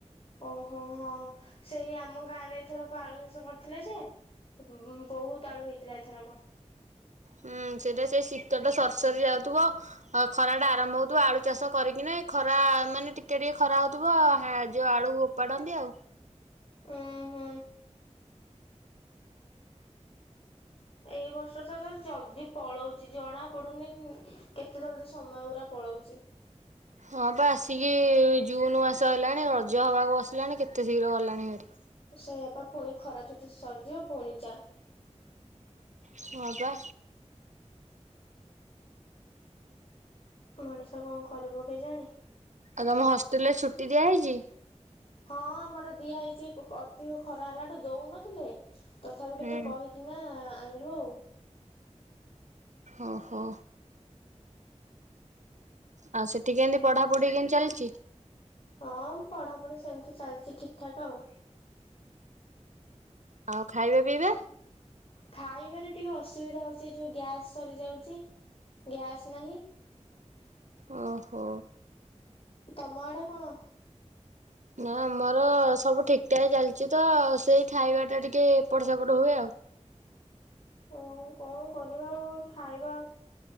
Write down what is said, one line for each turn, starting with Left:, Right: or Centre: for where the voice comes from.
Left: ଓହୋ ହଁ ସେଇ ଆମ ଗାଁରେ ଏଥରକ ଆଳୁ ଚାଷ କରିଥିଲେ ଯେ ମ ବହୁତ ଆଳୁ ହେଇଥିଲା ଏଥରକ।
Right: ହୁଁ ସେଟା ସେ ଶୀତ ଟା ସରିସରି ଯାଉଥିବ ଖରା ଟା ଆରମ୍ଭ ହଉଥିବ ଆଳୁ ଚାଷ କରିକିନା ଖରା ମାନେ ଟିକେ ଟିକେ ଖରା ହଉଥିବ ଅ ଯୋଉ ଆଳୁ ଓପାଡନ୍ତି ଆଉ।
Left: ଉଁ ହୁଁ ଏଇ ବର୍ଷ ତ ଜଲଦି ପଳଉଚି ଜଣା ପଡୁନି କେତେ ଜଲଦି ସମୟ ଗୁରା ପଳଉଚି।
Right: ହଁ ବା ଆସିକି ଜୁନ ମାସ ହେଲାଣି ରଜ ହବାକୁ ବସିଲାଣି କେତେ ଶୀଘ୍ର ଗଲାଣି ହାରି।
Left: ସେଇଆ ପା ପୁଣି ଖରା ଛୁଟି ସରିଯିବ ପୁଣି ଯା
Right: ହଁ ବା
Left: ମଣିଷ କଣ କରିବ କେଜାଣି?
Right: ଆଉ ତମ ହଷ୍ଟେଲ ରେ ଛୁଟି ଦିଆହେଇଛି?
Left: ହଁ ଆମର ଦିଆ ହେଇଛି ଅ ଅଧିକ ଖରା ହେଲାଠୁ ଦଉନଥିଲେ? ତଥାପି କେତେ
Right: ହୁଁ।
Left: କହିକିନା ଆଇଁଲୁ ଆଉ।
Right: ଓହୋ। ଆଉ ସେଠି କେମତି ପଢାପଢି କେମିତି ଚାଲିଛି?
Left: ହଁ ପଢାପଢି ସେମିତି ଚାଲିଚି ଠିକ୍ ଠାକ୍ ଆଉ।
Right: ଆଉ ଖାଇବା ପିଇବା?
Left: ଖାଇବାରେ ଟିକେ ଅସୁବିଧା ହୋଉଚି ଏଇ ଯୋଉ ଗ୍ୟାସ୍ ସରିଯାଉଚି ଗ୍ୟାସ୍ ନାହିଁ।
Right: ଓହୋ।
Left: ତମ ଆଡ଼େ କଣ?
Right: ନା ଆମର ସବୁ ଠିକ୍ ଠାକ୍ ଚାଲିଚି ତ ସେଇ ଖାଇବା ଟା ଟିକେ ଏପଟ ସେପଟ ହୁଏ ଆଉ।
Left: ହୋଉ କଣ କରିବା ଆଉ ଏ ଖାଇବା